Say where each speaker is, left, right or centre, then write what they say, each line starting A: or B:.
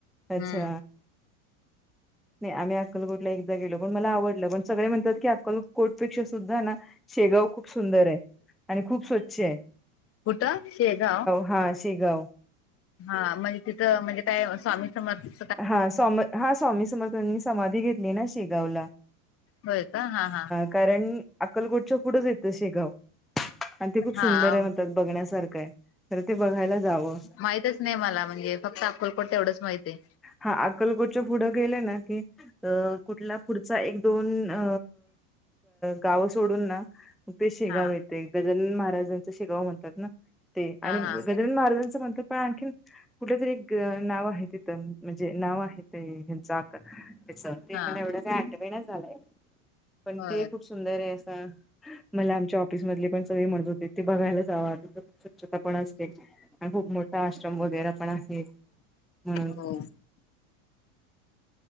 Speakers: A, in the centre; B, on the left (about 30°).
A: अच्छा
B: हम्म
A: नाही आम्ही अक्कलकोटला एकदा गेलो पण मला आवडलं पण सगळे म्हणतात की अक्कलकोटपेक्षा सुद्धा ना शेगाव खूप सुंदर आहे आणि खूप स्वच्छ आहे
B: कुठ शेगाव
A: हा शेगाव
B: हा म्हणजे तिथं म्हणजे काय स्वामी समर्थ
A: हा सम हा स्वामी समर्थांनी समाधी घेतली ना शेगावला
B: होय का हा हा
A: कारण अक्कलकोटच्या पुढंच येतं शेगाव आणि ते खूप
B: हा
A: सुंदर आहे म्हणतात बघण्यासारखं आहे तर ते बघायला जावं
B: माहितच नाही मला म्हणजे फक्त अक्कोलकोट तेवढंच माहती आहे
A: हा अकलकोटच्या पुढं गेले ना की अ कुठल्या पुढचा एक दोन अ गावं सोडून ना ते शेगाव
B: हा
A: येते एक गजन महाराजांचा शेगाव म्हणतात ना ते आणि
B: हा हा
A: गजानन महाराजांचं म्हटलं पण आणखी कुठ तरी नाव आहे तिथं म्हणजे नाव आहे तेंचाक ते
B: हा
A: मला एवढ्या काही आठवण झालंय पण
B: होय
A: ते खूप सुंदर आहे असं मला आमच्या ऑफिस मधले पण सगळे म्हणत होते ते बघायलाच जावं स्वच्छता पण असते आणि खूप मोठा आश्रम वगैरे पण आहे म्हणून
B: हो